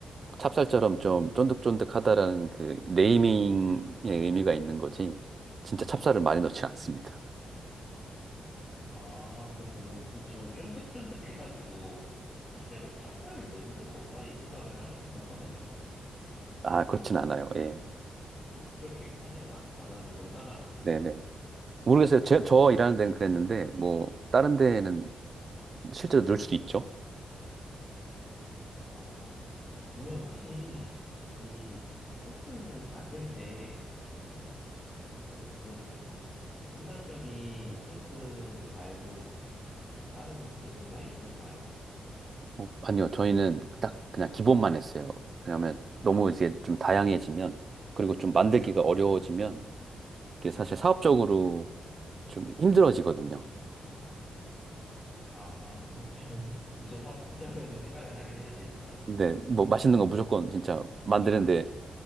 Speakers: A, on the right (about 35°); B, on the left (about 25°).
A: 찹쌀처럼 좀 쫀득쫀득하다라는 그 네이밍의 의미가 있는 거지 진짜 찹쌀을 많이 넣지 않습니다.
B: 아, 그렇군요. 좀, 전 쫀득쫀득해가지고 실제로 찹쌀을 넣는 건가? 이 생각을 하긴 했었거든요.
A: 아,
B: 근데
A: 그렇진 않아요. 예.
B: 그렇게까지는 안, 안 하는구나. <laughs>
A: 네네. 모르겠어요. 제, 저 일하는 데는 그랬는데 뭐 다른 데는 실제로 넣을 수도 있죠.
B: 아, 그러면 혹시 이 소스 만들 때 또 뭐 일반적인 소스 말고 혹시 뭐 다른 소스가 있을까요?
A: 어, 아니요. 저희는 딱 그냥 기본만 했어요. 왜냐하면 너무 이제 좀 다양해지면 그리고 좀 만들기가 어려워지면
B: 네.
A: 이게 사실 사업적으로 좀 힘들어지거든요.
B: 아, 사업적으로, <laughs> 그쵸, 사업적으로도 생각을 하긴 해야 되니까.
A: 근데 뭐 맛있는 거 무조건 진짜 만드는데